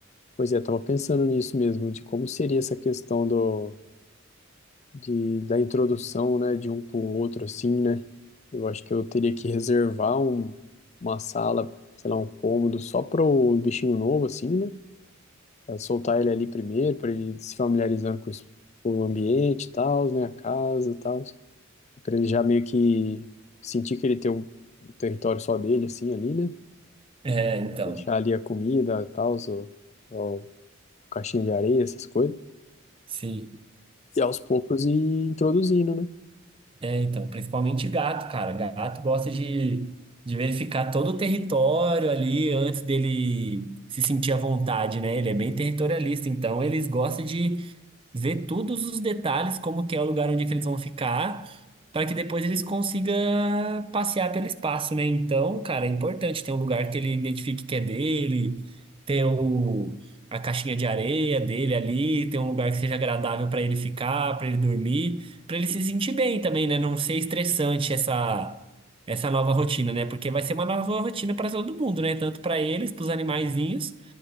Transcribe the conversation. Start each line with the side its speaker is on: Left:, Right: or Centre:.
Left: pois é, tava pensando nisso mesmo, de como seria essa questão do, de, da introdução, né, de um com o outro, assim, né? Eu acho que eu teria que reservar um, uma sala, sei lá, um cômodo só pro bichinho novo, assim, né? Pra soltar ele ali primeiro, pra ele se familiarizando com, os- com o ambiente e tal, né? A casa e tal. Pra ele já meio que sentir que ele tem um, um território só dele, assim, ali, né?
Right: É, então,
Left: Deixar ali a comida, tal, o, o caixinha de areia, essas coisas.
Right: sim.
Left: E aos poucos ir introduzindo, né?
Right: É, então, principalmente gato, cara. Gato gosta de, de verificar todo o território ali antes dele se sentir à vontade, né? Ele é bem territorialista, então eles gostam de ver todos os detalhes, como que é o lugar onde é que eles vão ficar, para que depois eles consigam passear pelo espaço, né? Então, cara, é importante ter um lugar que ele identifique que é dele, ter o, a caixinha de areia dele ali, ter um lugar que seja agradável para ele ficar, para ele dormir, para ele se sentir bem também, né? Não ser estressante essa Essa nova rotina, né? Porque vai ser uma nova rotina para todo mundo, né? Tanto para eles, para os animaizinhos,